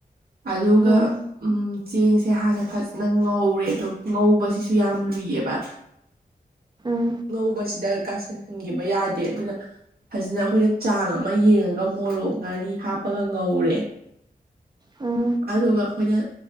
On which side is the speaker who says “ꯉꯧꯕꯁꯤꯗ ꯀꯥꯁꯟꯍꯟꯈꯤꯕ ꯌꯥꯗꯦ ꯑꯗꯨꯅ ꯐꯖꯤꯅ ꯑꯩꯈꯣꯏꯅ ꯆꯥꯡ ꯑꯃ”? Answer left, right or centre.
Right